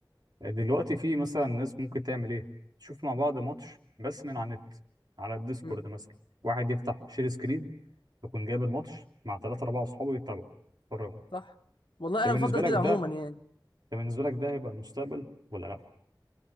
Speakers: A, on the right; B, on the left.
A: دلوقتي في مثلا ناس ممكن تعمل ايه تشوف مع بعض ماتش بس من على النت على الديسكورد
B: امم
A: مثلا واحد يفتح شير سكرين يكون جايب الماتش مع ثلاثة أربعة أصحابه يتابعوا يتفرجوا
B: صح والله انا
A: انت بالنسبة
B: بفضل
A: لك
B: كده عموما
A: ده
B: يعني
A: انت بالنسبة لك ده هيبقى المستقبل ولا لأ؟